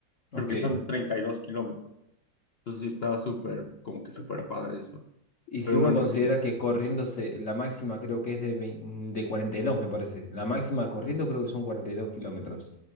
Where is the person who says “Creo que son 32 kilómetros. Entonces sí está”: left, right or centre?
Left